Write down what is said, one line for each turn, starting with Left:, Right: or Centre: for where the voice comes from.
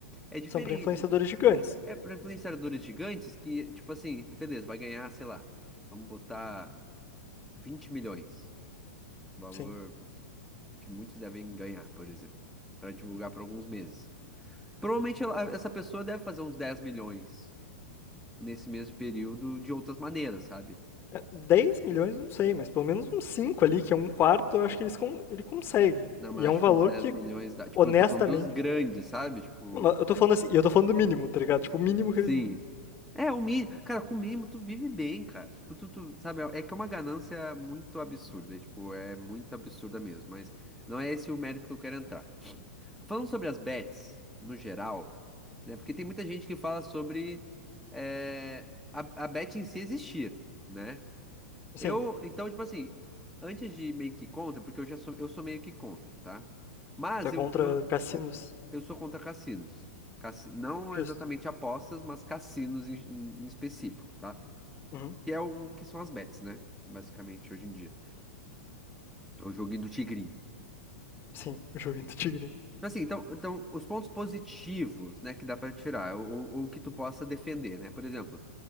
Centre: É diferente.
Left: São para influenciadores gigantes,
Centre: É pra influenciadores gigantes que, tipo assim, beleza, vai ganhar, sei lá, vamos botar 20 milhões. Valor
Left: sim.
Centre: que muitos devem ganhar, por exemplo, para divulgar por alguns meses. Provavelmente ela- essa pessoa deve fazer uns 10 milhões nesse mesmo período de outras maneiras, sabe?
Left: É, 10 milhões, não sei, mas pelo menos uns 5 ali, que é um quarto, eu acho que eles con- ele consegue.
Centre: Não, mas
Left: E
Centre: acho
Left: é um valor
Centre: que uns 10
Left: que,
Centre: milhões dá. Tipo,
Left: honestamente.
Centre: eu tô falando dos grandes, sabe? Tipo,
Left: Não, Eu tô falando assim, e eu tô falando do mínimo, tá ligado? Tipo, o mínimo
Centre: sim.
Left: que eles.
Centre: É, o mínimo. Cara, com o mínimo tu vive bem, cara. Tipo, tu, tu- sabe? É que é uma ganância muito absurda. é, Tipo, é muito absurda mesmo. Mas não é esse o mérito que eu quero entrar. Falando sobre as bets, no geral, né? Porque tem muita gente que fala sobre é, a, a bet em si existir, né?
Left: Sim,
Centre: Eu, então, tipo assim, antes de meio que contra, porque eu já sou, eu sou meio que contra, tá? Mas
Left: tá
Centre: eu,
Left: contra
Centre: eu,
Left: cassinos.
Centre: eu sou contra cassinos. Cassi- não
Left: Justo.
Centre: exatamente apostas, mas cassinos em, em- em específico, tá?
Left: Uhum.
Centre: Que é o que são as bets, né? Basicamente, hoje em dia. É o joguinho do tigrinho.
Left: Sim, o jogo Tigre.
Centre: Então, Assim, então, então, os pontos positivos, né, que dá pra tirar, ou, ou que tu possa defender, né? Por exemplo,